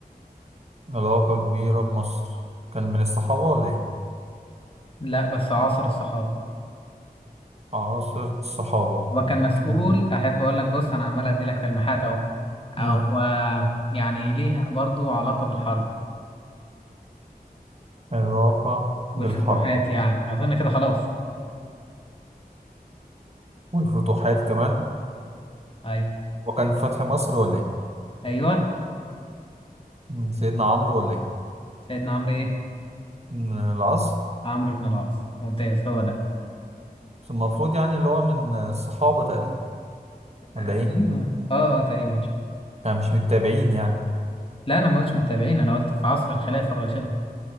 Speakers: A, on the right (about 40°); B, on the left (about 35°).
A: علاقة كبيرة بمصر كان من الصحابة ولا إيه؟
B: لا بس عاصر الصحابه
A: عصر الصحابة
B: وكان مسؤول
A: كان
B: احب اقول لك بص انا عمال ادي لك تلميحات اهو هو
A: مم.
B: يعني ليه برضو علاقه بالحرب
A: علاقة
B: والفتوحات
A: بالحرب
B: يعني اظن كده خلاص
A: والفتوحات كمان
B: ايوه
A: وكان فتح مصر ولا إيه؟
B: ايوه
A: مم. سيدنا عمرو ولا إيه؟
B: سيدنا عمرو ايه
A: من العصر
B: عمرو بن العاص ممتاز هو ده
A: بس المفروض يعني اللي هو من الصحابة تقريبا ولا
B: آه،
A: إيه؟
B: تقريبا اه اه تقريبا إن شاء الله.
A: يعني مش متابعين يعني
B: لا انا ما قلتش متابعين انا قلت في عصر الخلافه الراشده